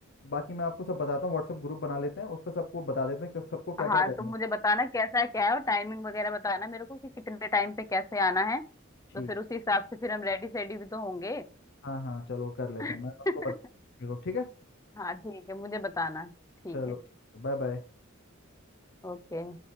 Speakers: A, on the left; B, on the left.
A: बाकी मैं आपको सब बताता हूँ व्हाट्सएप ग्रुप बना लेते हैं उस पर सबको बता देते हैं कि सबको क्या
B: हाँ
A: क्या करना
B: तुम
A: है
B: मुझे बताना कैसा है क्या है और टाइमिंग वगैरह बताना मेरे को कि कितने टाइम पे कैसे आना है
A: ठीक
B: तो फिर उसी हिसाब से फिर हम रेडी सेडी भी तो होंगे
A: हाँ हाँ चलो कर लेते
B: <laughs>
A: हैं मैं आपको बता ठीक है
B: हाँ ठीक है मुझे बताना ठीक
A: चलो
B: है
A: ठीक है बाय बाय
B: ओके